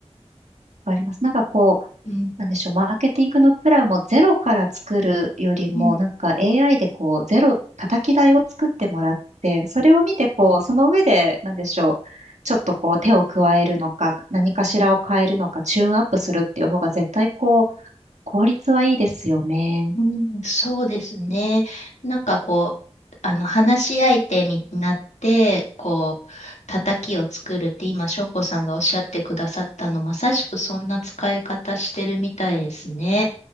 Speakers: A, on the right; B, on the left.
A: あります。なんかこう、
B: うん。
A: なんでしょう、マーケティングのプランもゼロから作るよりも、
B: うん
A: なんか AI でこう、ゼロ、叩き台を作ってもらって、それを見てこう、その上で、なんでしょう、ちょっとこう手を加えるのか、何かしらを変えるのか、チューンアップするっていう方が絶対こう、効率はいいですよね。
B: うん、そうですね。なんかこう、あの、話し相手になって、こう、叩きを作るって今、翔子さんがおっしゃってくださったの、まさしくそんな使い方してるみたいですね。